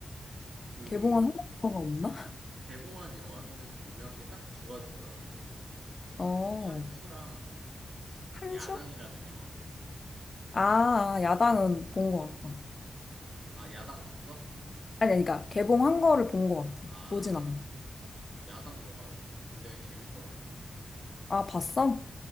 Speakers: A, on the right; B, on the left.
A: 그
B: 개봉한 한국 영화가 없나?
A: 개봉한 영화 중에서 유명한 게 딱 두 가지더라고.
B: 어.
A: 한수랑
B: 한수?
A: 야당이라는 영화거든.
B: 아, 아, 야당은 본 것 같다.
A: 어. 아, 야당 봤어?
B: 아니, 아니, 그러니까 개봉한 거를 본 것 같아.
A: 아,
B: 보진 않아.
A: 야당 영화 굉장히 재밌더라고.
B: 아, 봤어?